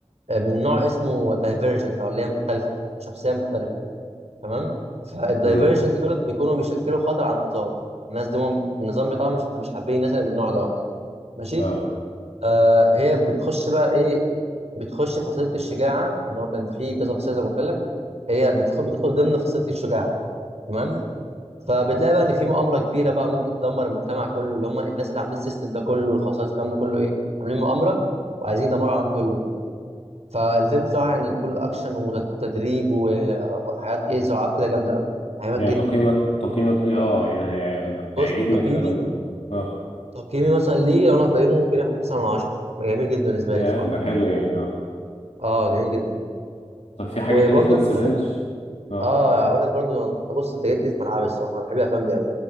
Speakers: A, on the right; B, on the left.
A: آه، من نوع اسمه دايفيرجنت او اللي هي مختلفه شخصيه مختلفه تمام فالدايفرجنت
B: امم
A: دول بيكونوا بيشكلوا خطر على النظام الناس دي هم النظام بتاعهم مش مش حابين الناس اللي من النوع ده ماشي
B: اه
A: آه هي بتخش بقى ايه بتخش فصيلة الشجاعة ان هو كان في كذا فصيلة زي ما قلت لك هي بتدخل بتدخل ضمن فصيلة الشجاعة تمام فبتلاقي بقى ان في مؤامرة كبيرة بقى ممكن تدمر المجتمع كله اللي هم الناس اللي عاملين السيستم ده كله الخصائص الكلام ده كله ايه عاملين مؤامرة وعايزين يدمروا العالم كله كده فالفيلم بصراحة يعني كله اكشن وتدريب و- وحاجات ايه صراعات كده جامدة قوي يعني حاجات
B: يعني
A: جدا
B: تقييمك تقييمك ليه اه يعني هي-
A: بص
B: هيعجبنا
A: تقييمي
B: كده لو اه
A: تقييمي مثلا ليه لو انا هقيمه ممكن ياخد 9 من 10 جميل جدا بالنسبه
B: يا
A: لي بصراحه
B: ده حلو يعني اه
A: اه جميل جدا
B: طب في حاجة
A: وبرده
B: تانية في نفس
A: بالمره
B: الرينج اه
A: اه هقول لك برده لو- انت بص انت جيت لي في ملعبي الصراحه انا بحب الافلام دي قوي